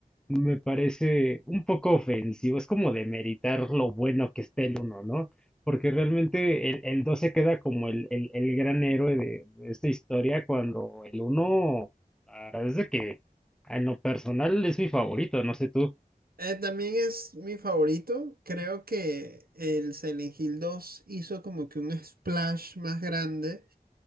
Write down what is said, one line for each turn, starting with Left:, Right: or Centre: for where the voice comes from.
Centre: Me parece un poco ofensivo. Es como demeritar lo bueno que está el uno ¿no? Porque realmente el, el 2 se queda como el, el, el gran héroe de, de esta historia cuando el uno la verdad es de que en lo personal es mi favorito, no sé tú.
Right: Eh, también es mi favorito. Creo que el Silent Hill dos hizo como que un splash más grande.